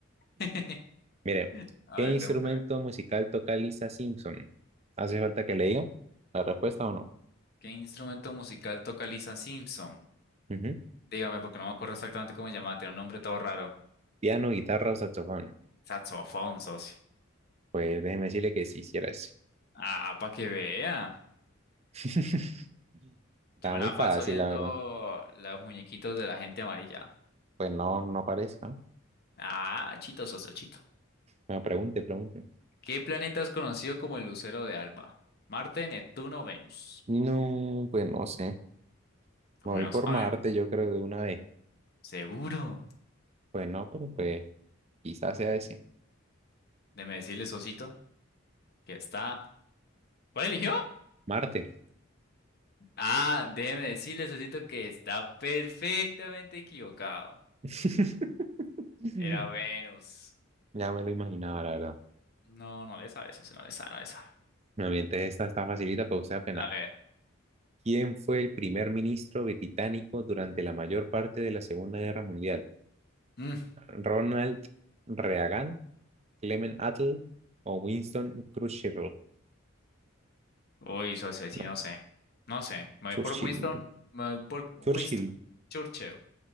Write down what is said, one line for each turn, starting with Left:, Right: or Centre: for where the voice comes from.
Left: <laughs>
Right: Mire,
Left: A
Right: ¿qué
Left: ver,
Right: instrumento
Left: pregúntame.
Right: musical toca Lisa Simpson? ¿Hace falta que le diga la respuesta o no?
Left: ¿Qué instrumento musical toca Lisa Simpson?
Right: Ujú.
Left: Dígame, porque no me acuerdo exactamente cómo se llamaba, tiene un nombre todo raro.
Right: ¿Piano, guitarra o saxofón?
Left: Saxofón, socio.
Right: Pues déjeme decirle que sí hiciera eso.
Left: Ah, para que vea.
Right: <laughs> Está
Left: Yo me
Right: muy
Left: la
Right: fácil,
Left: paso viendo
Right: la verdad.
Left: los muñequitos de la gente amarilla.
Right: Pues no, no parece, ¿no?
Left: Ah, chito, socio, chito.
Right: Bueno, pregunte, pregunte.
Left: ¿Qué planeta es conocido como el lucero de Alba? Marte, Neptuno, Venus.
Right: No, pues no sé.
Left: Como
Right: Me voy
Left: que no
Right: por
Left: saben.
Right: Marte, yo creo, de una vez.
Left: Seguro.
Right: Pues no, pero pues quizás sea ese.
Left: Déjeme decirle, socito, que está. ¿Cuál eligió?
Right: Marte.
Left: Ah, déjeme decirle, socito, que está perfectamente equivocado.
Right: <laughs>
Left: Era
Right: Ya
Left: Venus.
Right: me lo imaginaba, la verdad.
Left: No, no le sabe, eso sí no le sabe, no le sabe.
Right: No, mientras esta está facilita, pero usted apenas.
Left: A ver.
Right: ¿Quién fue el primer ministro británico durante la mayor parte de la Segunda Guerra Mundial?
Left: Mm.
Right: ¿Ronald Reagan, Clement Attlee o Winston Churchill?
Left: Uy, eso sí,
Right: ¿No?
Left: no sé. No sé. Me
Right: Churchill.
Left: voy por Winston. Me voy por Winston
Right: Churchill.
Left: Churchill.